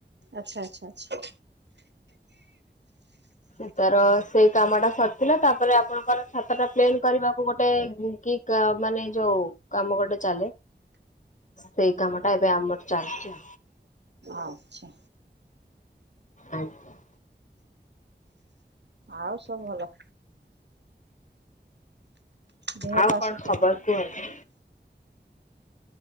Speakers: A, on the right; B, on the left.
A: ଆଛା ଆଛା ଆଛା।
B: ସେ ତାର, ସେଇ କାମ ଟା ସରିଥିଲା, ତାପରେ ଆପଣଙ୍କର ଛାତ ଟା ପ୍ଲେନ୍ କରିବାକୁ ଗୋଟେ କି <unintelligible> ମାନେ ଯୋଉ କାମ ଗୋଟେ ଚାଲେ ସେଇ କାମ ଟା ଏବେ ଆମର ଚାଲିଚି।
A: ଆଛା।
B: ଆଜ୍ଞା।
A: ଆଉ ସବୁ ଭଲ। ଦେହ
B: ଆଉ
A: ପା
B: କଣ
A: ସବୁ କେମିତି
B: ଖବର କୁହନ୍ତୁ?